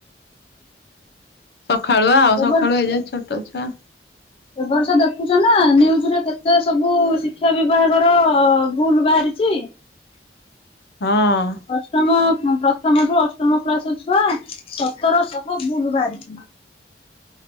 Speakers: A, on the left (about 65°); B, on the left (about 30°).
A: ସଖାଳୁଆ ଆଉ
B: ଏ
A: ସଖାଳୁ
B: ବର୍ଷ
A: ହେଇ ଯାଏ ଛୋଟ ଛୁଆ।
B: ଏ ବର୍ଷା ଦେଖୁଚ ନା ନ୍ୟୁଜରେ କେତେ ସବୁ ଶିକ୍ଷା ବିଭାଗର ଭୁଲ ବାହାରିଚି।
A: ହଁ।
B: ଅଷ୍ଟମ ଦଶମଠୁ ଅଷ୍ଟମ କ୍ଲାସ ଛୁଆ ସତର ଶହ ଭୁଲ୍ ବାହାରିଚି।